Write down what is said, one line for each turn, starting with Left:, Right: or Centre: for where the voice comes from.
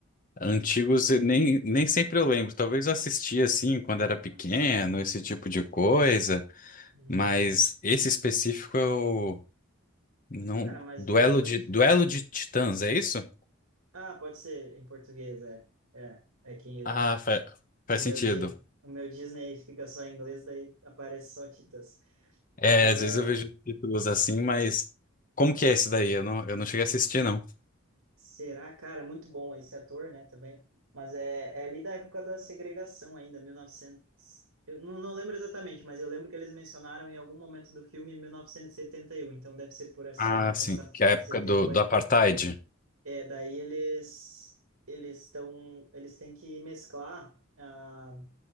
Left: antigos, eu nem, nem sempre eu lembro. Talvez eu assisti assim quando era pequeno,
Right: Ah, sim.
Left: esse tipo de coisa,
Right: Uhum.
Left: mas esse específico eu não.
Right: Cara, mas
Left: Duelo
Right: vou, vou
Left: de,
Right: te...
Left: Duelo de Titãs, é isso?
Right: Ah, pode ser em português, é. É, é que
Left: Ah, fa- faz
Right: o meu,
Left: sentido.
Right: Di- o meu Disney fica só em inglês, daí aparece só Titãs.
Left: É,
Right: Mas
Left: às
Right: é...
Left: vezes eu vejo títulos assim, mas como que é esse daí? Eu não, eu não cheguei a assistir, não.
Right: Será, cara, é muito bom esse ator, né, também. Mas é, é ali da época da segregação ainda, 1900... Eu não, não lembro exatamente, mas eu lembro que eles mencionaram em algum momento do filme 1971, então deve ser por essa,
Left: Ah, sim,
Right: essa,
Left: que é a época
Right: esse tempo
Left: do,
Right: aí.
Left: do Apartheid.
Right: É, daí eles eles estão eles têm que mesclar ah,